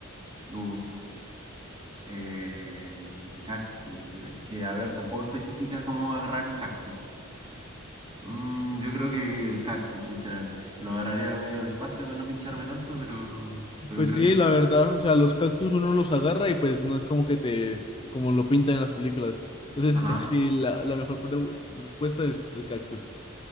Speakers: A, on the right (about 25°); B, on the left (about 25°).
A: Uh, eh, cactus. Es que, a ver, tampoco especifica cómo agarrar el cactus. Mm, yo creo que el cactus, sinceramente. Lo agarraría ahora medio despacio para no pincharme tanto, pero, pero
B: Pues
A: creo
B: sí,
A: que el
B: la
A: cactus.
B: verdad, o sea, los cactus uno los agarra y pues no es como que te, como lo pintan en las películas. Entonces,
A: Ajá.
B: <laughs> sí, la, la mejor pre- respuesta es el cactus.